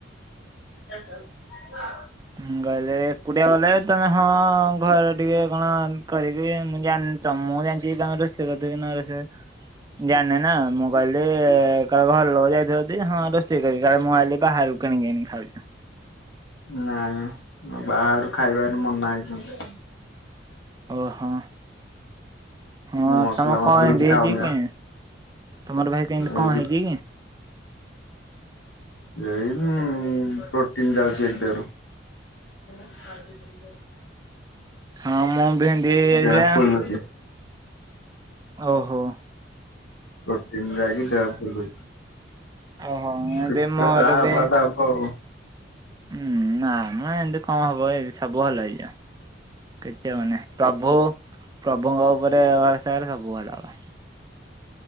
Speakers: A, on the left; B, on the right.
A: <unintelligible>
B: ମୁ ଗଲେ ଏକୁଟିଆ ଗଲେ ତମେ ହଁ ଘର ଟିକେ କଣ କରିକି ମୁ ଜାନିଣି ତ ମୁଁ ଜାଣିଛି ତମେ ରୋଷେଇ କରିଥିବା କି ନ ରୋଷେଇ ଜାଣିନି ନା। ନା ମୁଁ ଗଲି କା ଘର ଲୋକ ଯାଇଥନ୍ତି ହଁ ରୋଷେଇ କରି କାଳେ ମୁଁ ଆଜି ବାହାରୁ କିଣିକି ଆଣିକି ଖାଉଛି।
A: ନାଇଁ ବାହାରୁ ଖାଇବାର ମନା ହେଇଛି ମତେ।
B: ଓ ହଁ ହଁ
A: ମୁଁ ମସଲା
B: ତମ
A: ମସଲି
B: କଣ
A: କିଛି
B: ଏମିତି ହେଇଛି
A: ଖାଉନି ବା।
B: କି ତମର ଭାଇ ଏମିତି
A: ଏଇ
B: କଣ ହେଇଛି କି?
A: ଏଇନୁ ପ୍ରୋଟିନ୍ ଯାଉଛି ଭାରି ଦେହରୁ। <unintelligible>
B: ହଁ ମୁଁ ବେଣ୍ଡି ହେଇଯାଇଥିଲା।
A: ଦେହ ଫୁଲୁଛି
B: ଓହୋ।
A: ପ୍ରୋଟିନ ଯାଇକି ଦେହ ଫୁଲୁଚି।
B: ଓହୋ ଏମିତି
A: ଦେଖା
B: ମୋର
A: ଯାହା
B: ବି
A: ହବା କଥା ହବ ଆଉ।
B: ହୁଁ ନାମ ଏମିତି କଣ ହବ କି ସବୁ ଭଲ ହେଇଯିବ। କିଛି ହବନି ପ୍ରଭୁ ପ୍ରଭୁଙ୍କ ଉପରେ ତାର ସବୁ ହେଲା ଭାଇ।